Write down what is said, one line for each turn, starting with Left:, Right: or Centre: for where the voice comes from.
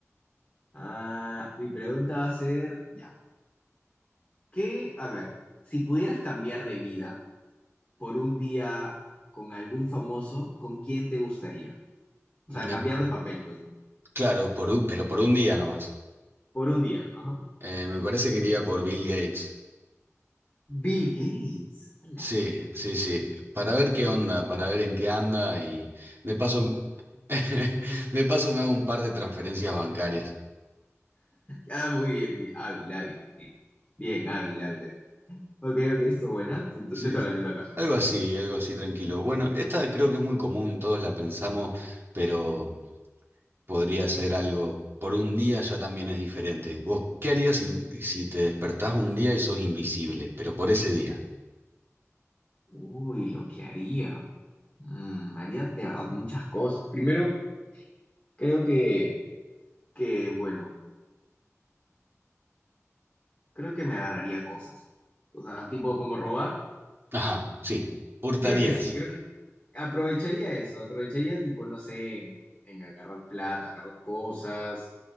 Left: Ah, mi pregunta va a ser, ya, ¿qué? A ver, si pudieras cambiar de vida por un día con algún famoso, ¿con quién te gustaría? O
Right: Me
Left: sea, cambiar de papel, pues, ¿no?
Right: Claro, por un- pero por un día nomás.
Left: Por un día, ajá.
Right: Eh, me parece que iría por Bill Gates.
Left: Bill Gates. ala.
Right: Sí, sí, sí. Para ver qué onda, para ver en qué anda y de paso, <laughs> de paso me hago un par de transferencias bancarias.
Left: Ah, muy bien, bien, hábil, hábil. Bien, hábil, hábil, hábil. Ok, ok, esto buena. Te, te-
Right: Sí,
Left: te toca, te toca.
Right: algo así, algo así tranquilo. Bueno, esta creo que es muy común, todos la pensamos, pero podría ser algo. Por un día ya también es diferente. ¿Vos qué harías si, si te despertás un día y sos invisible, pero por ese día?
Left: Uy, lo que haría. Mm, haría de verdad muchas cosas. Primero, creo que, que bueno. Creo que me agarraría cosas. O sea, tipo como robar.
Right: Ajá, sí, hurtarías.
Left: Creo que sí, creo que aprovecharía eso. Aprovecharía tipo, no sé, en, en agarrar plata, agarrar cosas.